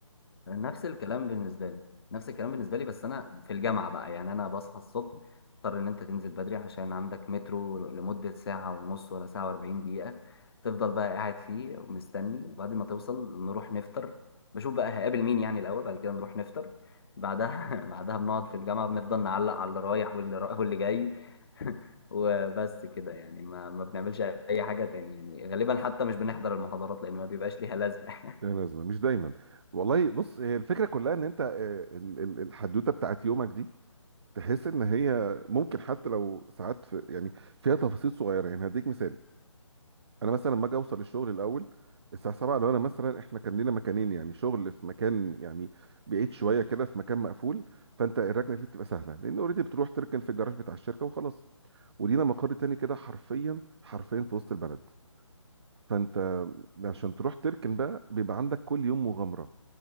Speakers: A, on the left; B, on the right.
A: نفس الكلام بالنسبه لي نفس الكلام بالنسبه لي بس انا في الجامعه بقى يعني انا بصحى الصبح اضطر ان انت تنزل بدري عشان عندك مترو لمده ساعه ونص ولا ساعه و40 دقيقه تفضل بقى قاعد فيه ومستني وبعد ما توصل نروح نفطر بشوف بقى هقابل مين يعني الاول بعد كده نروح نفطر بعدها <laughs> بعدها بنقعد في الجامعه بنفضل نعلق على اللي رايح واللي را... واللي جاي <laughs> وبس كده يعني ما ما بنعملش اي حاجه تاني يعني غالبا حتى مش بنحضر المحاضرات لان ما بيبقاش ليها لازمه <laughs>
B: لا لازمه مش دايما والله بص هي الفكره كلها ان انت آه، ال- ال- الحدوته بتاعت يومك دي تحس ان هي ممكن حتى لو ساعات في يعني فيها تفاصيل صغيره يعني هديك مثال انا مثلا لما اجي اوصل الشغل الاول الساعه 7 لو انا مثلا احنا كان لنا مكانين يعني شغل في مكان يعني بعيد شويه كده في مكان مقفول فانت الركنه فيه بتبقى سهله لان اوريدي بتروح تركن في الجراج بتاع الشركه وخلاص ولينا مقر تاني كده حرفيا حرفيا في وسط البلد فانت عشان تروح تركن بقى بيبقى عندك كل يوم مغامره